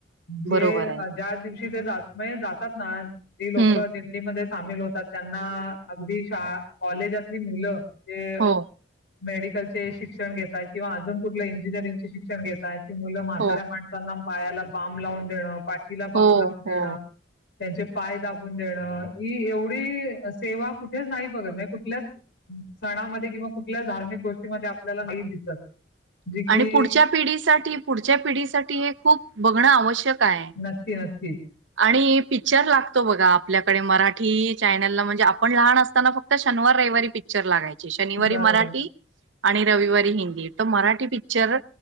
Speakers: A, on the left (about 65°); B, on the right (about 75°).
A: जे
B: बरोबर आहे.
A: जार दिवस ते जात म्ह जातात ना ती लोक
B: हम्म
A: दिडीमध्ये सामील होतात त्यांना अगदी शा कॉलेजातली मुलं ते
B: हो
A: मेडिकलचे शिक्षण घेतय किंवा अज कुठले इंजिनिअरिंगचे शिक्षण घेतय आहेत. मु म्हाताऱ्या
B: हो
A: माणसांना वायाला बांमब लावून देणं. पाठीला बम
B: हो
A: लावून
B: हो
A: देणं. त्यांचे पाय दाबून देणं ही एवढी सेवा कुठेच नाही बघत म्हणजे कुठल्याच सणामध्ये किंवा कुठल्याच धार्मिक गोष्टीमध्ये आपल्याला नाही दिसत. जी की
B: आणि पुढच्या पिढीसाठी पुढच्या पिढीसाठी हे खूप बघणं. आवश्यक आहे.
A: नक्की नक्कीच
B: आणि पिक्चर लागतो बघा आपल्याकडे मराठी चॅनलला म्हणजे आपण लहान असताना फक्त शनिवार रविवारी पिक्चर लागायच. शनिवारी
A: बरोबर
B: मराठी आणि रविवारी हिंदी तर मराठी पिक्चर